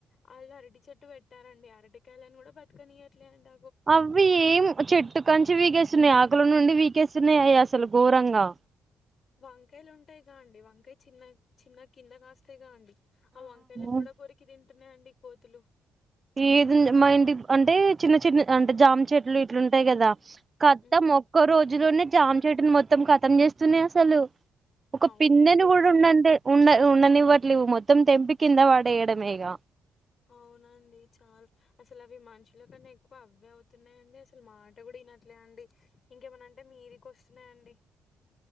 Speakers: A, on the left; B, on the right.
A: వాళ్ళు అరటి చెట్టు పెట్టారండి అరటికాయలని కూడా ఆ బతకనీయ్యదు అండి
B: అవి ఏం చెట్ ఇట్టు కంచి వీకేస్తున్నాయి ఆకుల నుండి వీకేస్తున్నాయి అసలు ఘోరంగా
A: వంకాయలు ఉంటాయి కా అండి వంకాయ చిన్న చిన్న కింద కాస్తాయి కా అండి ఆ వంకాయలను
B: ఆ
A: కూడా కొరికి తింటున్నాయండి కోతులు
B: ఏది మా ఇంటి అంటే చిన్న చిన్న అంటే జామ చెట్లు ఇట్లు తే కదా కత్తం
A: ఉమ్,
B: ఒక్క రోజులోనే జామ చెట్టుని మొత్తం కతం చేస్తున్నయి అసలు ఒకక
A: అవునండి
B: పిన్నను కూడా
A: అసలు
B: ఉన్నంతే ఉన్న ఉన్ననివ్వట్లేదు మొత్తం తెంపి కింద వాడేయడమేగా
A: అవునండి చాల అసలు అవి మనిషి ఇట్ల కన్నా ఎక్కువ అవే అవుతున్నాయంండి అసలు మాట కూడా వినట్లే అండి ఇంకేమనంటే మీదికి వస్తున్నాయాండి